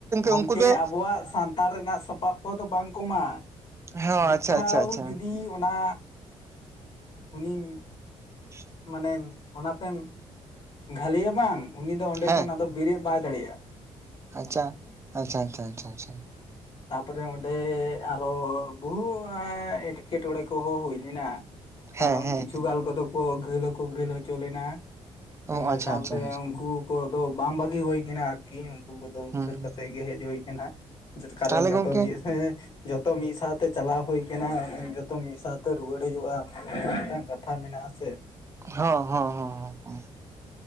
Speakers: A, on the left; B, on the right.
A: ᱜᱚᱝᱠᱮ
B: ᱩᱱᱠᱩ ᱫᱚ
A: ᱟᱵᱚᱣᱟᱜ ᱥᱟᱱᱛᱟᱲ ᱨᱤᱱᱟᱜ ᱥᱟᱯᱟᱵ ᱠᱚᱫᱚ ᱵᱟᱝ ᱠᱩᱢᱟ᱾
B: ᱦᱮᱸ
A: ᱢᱤᱫ
B: ᱟᱪᱪᱷᱟ
A: ᱫᱷᱟᱣ
B: ᱟᱪᱪᱷᱟ ᱟᱪᱪᱷᱟ
A: ᱡᱩᱫᱤ ᱚᱱᱟᱻ ᱩᱱᱤᱢ
B: <inaudible>
A: ᱢᱟᱱᱮᱢ ᱚᱱᱟᱛᱮᱢ ᱜᱷᱟᱹᱞᱮᱭᱟ ᱵᱟᱝ ᱩᱱᱤ ᱫᱚ ᱚᱸᱰᱮ
B: ᱦᱮᱸ
A: ᱠᱷᱚᱱ ᱟᱫᱚ ᱵᱮᱨᱮᱜ ᱵᱟᱭ ᱫᱟᱲᱮᱭᱟᱜᱼᱟ᱾
B: ᱟᱪᱪᱷᱟ, ᱟᱪᱪᱷᱟ, ᱟᱪᱪᱷᱟ, ᱟᱪᱪᱷᱟ, ᱟᱪᱪᱷᱟ
A: ᱛᱟᱯᱚᱨᱮ ᱚᱸᱰᱮ ᱟᱨᱚ ᱵᱩᱦᱩ ᱮᱸᱴᱠᱮᱴᱚᱬᱮ ᱠᱚᱦᱚᱸ ᱦᱩᱭ <unintelligible>
B: ᱦᱮᱸ
A: ᱠᱟᱨᱚᱱ
B: ᱦᱮᱸ
A: ᱠᱤᱪᱷᱩ ᱜᱷᱟᱹᱞ ᱠᱚᱫᱚ ᱠᱚ ᱜᱷᱟᱹᱞ ᱦᱚᱠᱚ ᱜᱷᱟᱹᱞ ᱦᱚᱪᱚ ᱞᱮᱱᱟ᱾
B: ᱚ
A: ᱮᱸ
B: ᱟᱪᱪᱷᱟ
A: ᱛᱟᱯᱚᱨᱮ
B: ᱟᱪᱪᱷᱟ ᱟᱪᱪᱷᱟ
A: ᱩᱝᱠᱩ ᱠᱩ ᱫᱚ ᱵᱟᱝ ᱵᱟᱹᱜᱤ ᱦᱩᱭ ᱠᱟᱱᱟ ᱟᱨᱠᱤ ᱩᱝᱠᱩ ᱠᱚᱫᱚ ᱩᱫᱷᱟᱹᱨ
B: ᱦᱩᱸ ᱦᱩᱸ
A: ᱠᱟᱛᱮᱫ ᱜᱮ ᱦᱮᱡ ᱦᱳᱭ ᱠᱟᱱᱟ᱾ ᱠᱟᱨᱚᱱ
B: ᱛᱟᱦᱚᱞᱮ
A: ᱡᱚᱛᱚ
B: ᱜᱚᱝᱠᱮ
A: <unintelligible> ᱡᱚᱛᱚ ᱢᱤᱫ ᱥᱟᱶᱛᱮ ᱪᱟᱞᱟᱣ ᱦᱳᱭ ᱠᱟᱱᱟ, ᱡᱚᱛᱚ ᱢᱤᱫ ᱥᱟᱶᱛᱮ ᱨᱩᱣᱟᱹᱲ ᱦᱩᱭᱳᱜ ᱼᱟ᱾ ᱱᱚ ᱢᱤᱫᱴᱟᱝ ᱠᱟᱛᱷᱟ ᱢᱮᱱᱟᱜᱼᱟ ᱥᱮ᱾
B: ᱦᱚᱸ ᱦᱚᱸ ᱦᱚᱸ